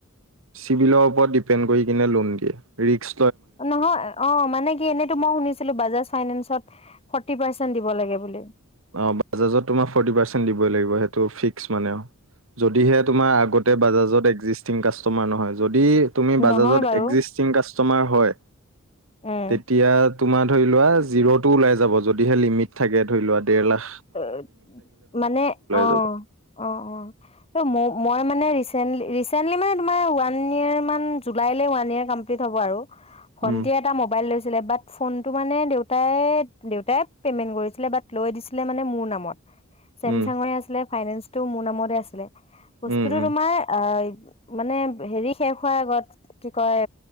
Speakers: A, on the right; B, on the left.
A: চিভিলৰ ওপৰত ডিপেন্ড কৰি কিনে লোন দিয়ে ৰিক্স
B: নহয়, অ', মানে কি এনেইতো মই শুনিছিলো বাজাজ ফাইনেন্সত ফৰ্টি পাৰচেন্ট দিব লাগে বুলি।
A: অ', বাজাজত তোমাৰ ফৰ্টি পাৰ্চেণ্ট দিবই লাগিব সেইটো ফিক্স মানে আউ। যদিহে তোমাৰ আগতে বাজাজত একজিষ্ট কাষ্টমাৰ নহয় য'ত যদি তুমি বাজাজত
B: নহয় বাৰু
A: একজিষ্টিং কাষ্টমাৰ হয়,
B: উম
A: তেতিয়া তোমাৰ ধৰি লোৱা জিৰ'টো ওলাই যাব যদিহে লিমিট থাকে ধৰি লোৱা। ডেৰলাখ
B: অ', মানে অ',
A: যাব
B: অ', অ', ম মই মানে ৰিচেন্টলি, ৰিচেন্টলি মানে তোমাৰ ওৱান ইয়েৰ মান জুলাইলৈ ওৱান ইয়েৰ কমপ্লিট হ'ব আৰু। ভন্টিয়ে
A: উম
B: এটা ম'বাইল লৈছে ছিলে বাত ফোনটো মানে দেউতাই, দেউতাই পেমেন্ট কৰিছিলে বাত লৈ দিছিলে। লে মানে মোৰ নামত। ছেমচাঙৰে
A: উম
B: আছিলে। ফাইনেন্স টো মোৰ নামতে আছিলে। বস্তুটো
A: উম উম
B: তোমাৰ আ, মানে হেৰি শেষ হোৱাৰ আগত কি কয়